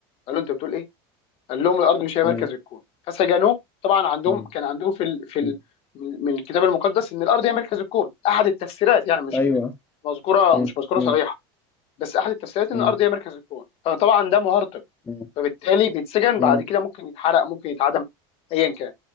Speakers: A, on the left; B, on the left.
A: قال له انت بتقول ايه؟ قال لهم الارض مش هي مركز
B: مم.
A: الكون فسجنوه طبعا عندهم
B: مم.
A: كان عندهم في ال... في ال...
B: مم.
A: من من الكتاب المقدس ان الارض هي مركز الكون احد التفسيرات يعني مش
B: ايوه
A: م- مذكوره
B: مم.
A: مش مذكوره
B: مم.
A: صريحه بس احد التفسيرات ان
B: مم.
A: الارض هي مركز الكون فطبعا ده مهرطق
B: مم.
A: فبالتالي بيتسجن
B: مم.
A: بعد كده ممكن يتحرق ممكن يتعدم ايا كان